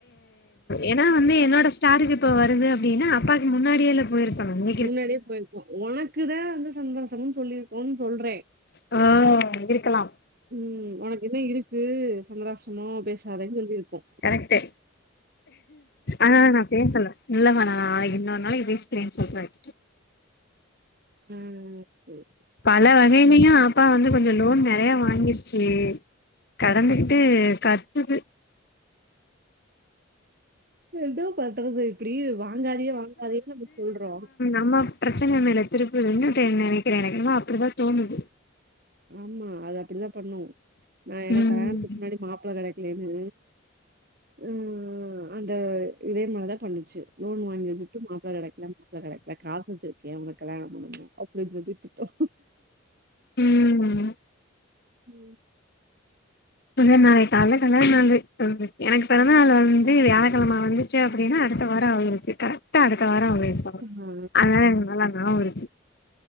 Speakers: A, on the left; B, on the right.
A: ஏன்னா வந்து என்னோட ஸ்டாருக்கு இப்ப வருது அப்டின்னா அப்பாக்கு முன்னாடியே எல்லா போயி இருக்கானுங்க
B: முன்னாடியே போயிருக்கோ உனக்கு தா வந்து சந்திராஷ்டமம் சொல்லிருக்கோம்னு சொல்றே
A: ஆ இருக்கலாம்
B: ம் உனக்கு இன்னு இருக்கு சந்திராஷ்டமம் பேசாதேன்னு சொல்லியிருக்கோ
A: கரெக்ட்டு ஆனா நா பேசல இல்லமா நா இன்னொரு நாளைக்கி பேசிக்கிறேன்னு சொல்றே வெச்சிட்டு
B: ம் சேரி
A: பல
B: சேரி
A: வகையிலயையு அப்பா வந்து கொஞ்சோ லோன் நெறைய வாங்கிருச்சி கடந்து கிட்டே கத்துது
B: என்ன பண்றது இப்டி வாங்காதே வாங்காதேன்னு நம்ம சொல்றோ
A: அம்மா பிரச்சன மேல திருப்புது என்னத்த நெனக்கிறே எனக்கு அப்டிதா தோணுது
B: ஆமா அது அப்டிதா பண்ணு நா எனக்கு
A: ம்
B: கல்யாணத்துக்கு முன்னாடி மாப்ள கெடைக்கலன்னு ம் ம் அந்த இதே மாரி தா பண்ணுச்சி லோன் வாங்கி வெச்சிட்டு மாப்ள கெடைக்கல மாப்ள கெடைக்கல காசு வெச்சிருக்கு கே உனக்கு கல்யாண பண்ணணு அப்டி சொல்லிட்டு திட்டோ
A: ம்
B: ம்
A: முந்தன் நாளைக்கு கால்ல கால்யாண நாளு எனக்கு பெறந்த நாள் வந்து வியாழக்கெழம வந்து ச்ச அப்டின்னா அடுத்த வாரோ அவுங்களுக்கு கரெக்டா அடுத்த வாரோ அவுங்களுக் இருப்பாங்க
B: ஆ
A: அதனால நல்லா ஞாபோ இருக்கு